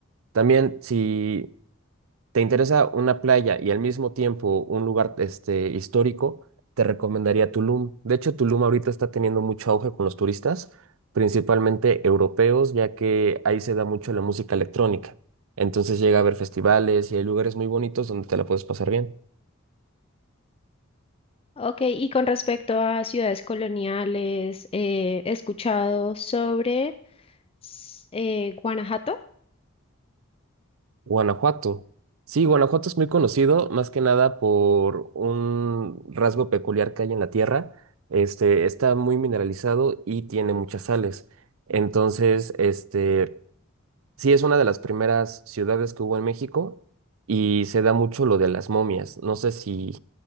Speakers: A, on the right (about 70°); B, on the left (about 25°).
A: También, si te interesa una playa y al mismo tiempo un lugar este, histórico, te recomendaría Tulum. De hecho, Tulum ahorita está teniendo mucho auge con los turistas, principalmente europeos, ya que ahí se da mucho la música electrónica. Entonces llega a haber festivales y hay lugares muy bonitos donde te la puedes pasar bien.
B: Ok, y con respecto a ciudades coloniales, eh, he escuchado sobre s- eh, Guanajuato.
A: Guanajuato. Sí, Guanajuato es muy conocido, más que nada por un rasgo peculiar que hay en la tierra. Este, está muy mineralizado y tiene muchas sales. Entonces, este, sí es una de las primeras ciudades que hubo en México y se da mucho lo de las momias. No sé si